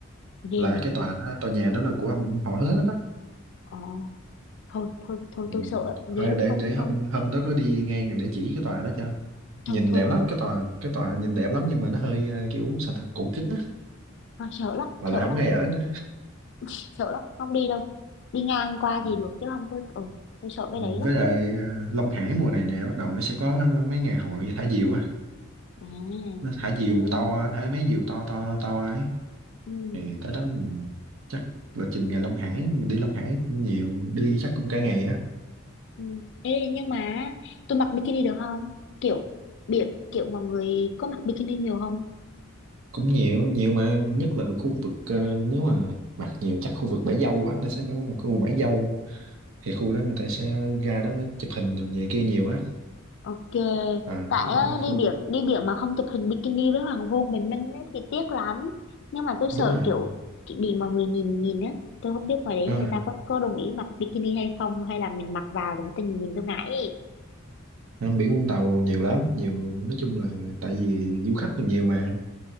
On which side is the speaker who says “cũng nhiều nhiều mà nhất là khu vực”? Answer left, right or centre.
Right